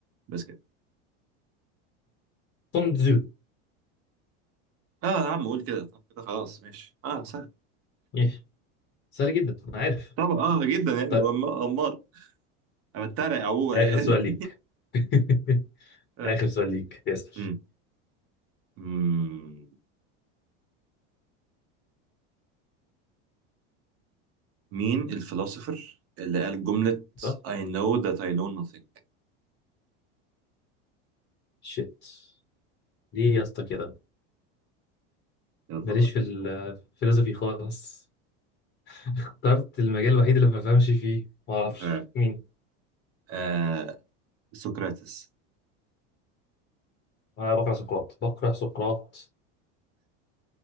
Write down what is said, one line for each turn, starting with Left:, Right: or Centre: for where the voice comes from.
Right: بس كده
Left: سون تزو
Right: اه يا عم قول كده طب كده خلاص ماشي اه سهل
Left: إيه، سهل جدا انا عارف
Right: طبعا اه جدا يعني
Left: طيب
Right: أما- امال انا بتريق عموما
Left: اخر
Right: يعني
Left: سؤال ليك <laughs>
Right: <laughs> آه.
Left: اخر سؤال ليك ياسر
Right: مم. مم. مين الفلسفر اللي قال جملة
Left: طب
Right: I know that I know nothing
Left: شيت ليه يا اسطى كده
Right: يلا
Left: ماليش
Right: بقى
Left: في الفلسفي خالص اخترت المجال الوحيد اللي ما بفهمش فيه ما اعرفش
Right: ها.
Left: مين
Right: آه سقراطس
Left: انا بقرا سقراط بقرا سقراط